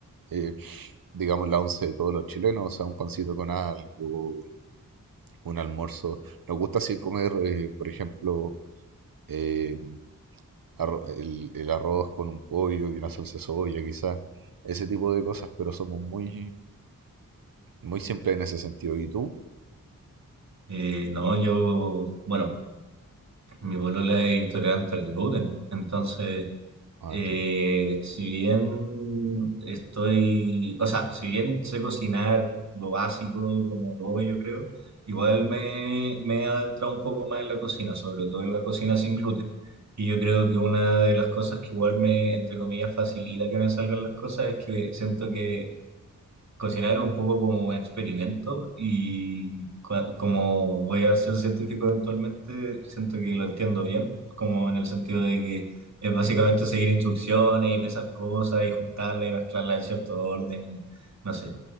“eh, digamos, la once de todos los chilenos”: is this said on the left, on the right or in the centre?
Right